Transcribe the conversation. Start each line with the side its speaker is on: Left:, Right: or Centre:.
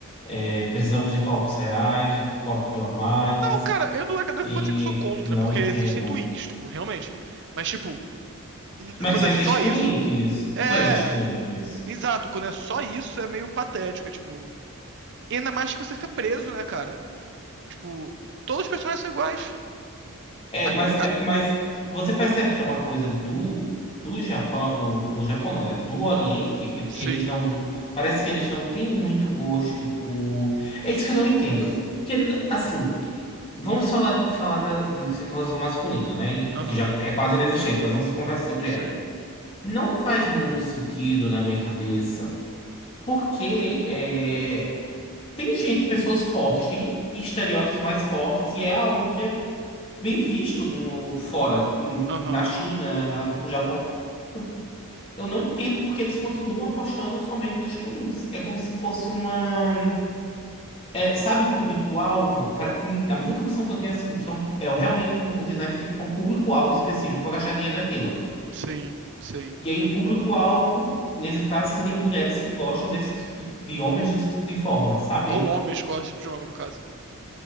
Left: É, precisamos de corpos reais, de corpos normais,
Right: Não, cara, eu não, não
Left: e
Right: vou dizer que eu sou contra,
Left: não
Right: porque
Left: entendo.
Right: existem twinks, tipo, realmente. Mas, tipo, n-
Left: Mas
Right: quando
Left: só
Right: é
Left: existe
Right: só
Left: twinks,
Right: isso. É.
Left: só existe twinks.
Right: Exato, quando é só isso é meio patético, é tipo. E ainda mais que você fica preso, né, cara? Tipo, todos os personagens são iguais.
Left: É,
Right: A-
Left: mas, é,
Right: a-
Left: mas você percebe que é uma coisa do, do Japão, do, do Japão não, né? Do Oriente, e-
Right: Sim,
Left: eles não. Parece que eles não têm muito gosto por. É isso que eu não entendo. Porque, assim, vamos falar, falar da, da sexualização masculina, né?
Right: aham,
Left: Que já é quase inexistente, mas vamos conversar sobre
Right: sim,
Left: ela. Não faz muito sentido na minha cabeça, porque é, tem gente, pessoas fortes, tem estereótipos mais fortes, e é algo que é bem visto no fora, tipo em-
Right: aham,
Left: na China, na- no Japão. Eu, eu não entendo porque eles continuam apostando somente nos twinks. É como se fosse uma, é, sabe, o público-alvo. Para a minha impressão que eu tenho é assim, que é, um- é realmente um, um design feito para um público-alvo específico para gastar dinheiro naquilo.
Right: sim, sim.
Left: E aí o público-alvo, nesse caso, seriam mulheres que gostam desse tipo de homens desse tipo de forma, sabe?
Right: Ou homens, qual é esse tipo de homem, no caso.